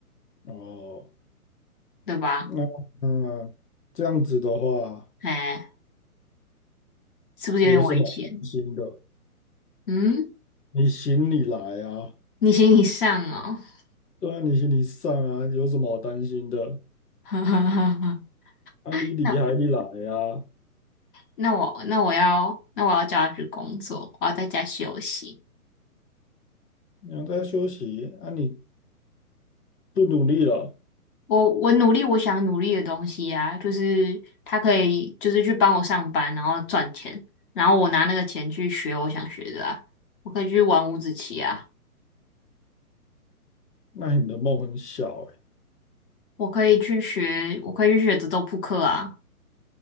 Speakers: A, on the left; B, on the left.
A: 哦，
B: 对吧？
A: 那嗯，这样子的话，
B: 哎，是不是有点危险？
A: 有什么好担心的？
B: 嗯，
A: 你行你来啊。
B: 你行你上哦，<laughs>
A: 对啊，你心理上啊，有什么好担心的？
B: 哈哈哈哈，
A: 啊，你厉害，
B: 那
A: 你来啊！
B: 那我那我要那我要叫他去工作，我要在家休息。
A: 你还在休息啊，你不努力了，
B: 我我努力我想努力的东西啊，就是他可以就是去帮我上班，然后赚钱，然后我拿那个钱去学我想学的啊，我可以去玩五子棋啊，
A: 那你的梦很小哎、
B: 我可以去学，我可以去学德州扑克啊，